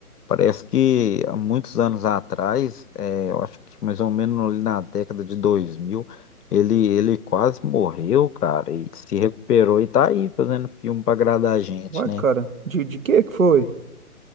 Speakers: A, on the left; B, on the right.
A: Parece que há muitos anos atrás, é, eu acho que mais ou menos ali na década de 2000 ele, ele quase morreu, cara, e se recuperou e tá aí fazendo filme pra agradar a gente,
B: Ué,
A: né?
B: cara, de, de que que foi?